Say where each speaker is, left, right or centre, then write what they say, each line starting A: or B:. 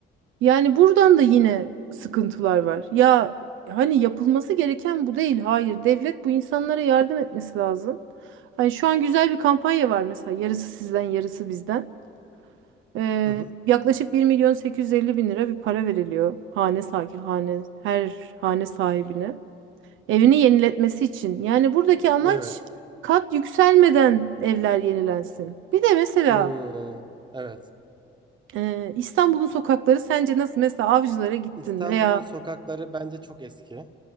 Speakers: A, on the right; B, on the right.
A: Yani buradan da yine sıkıntılar var. Ya hani yapılması gereken bu değil. Hayır, devlet bu insanlara yardım etmesi lazım. Hani şu an güzel bir kampanya var mesela yarısı sizden yarısı bizden. Ee,
B: Hı hı.
A: yaklaşık bir milyon sekiz yüz elli bin lira bir para veriliyor hane sahibi hane her hane sahibine. Evini yeniletmesi için. Yani buradaki amaç
B: Evet.
A: kat yükselmeden evler yenilensin. Bir de mesela
B: Hı. Evet.
A: e, İstanbul'un sokakları sence nasıl? Mesela Avcılar'a gittin
B: İstanbul'un
A: veya
B: sokakları bence çok eski.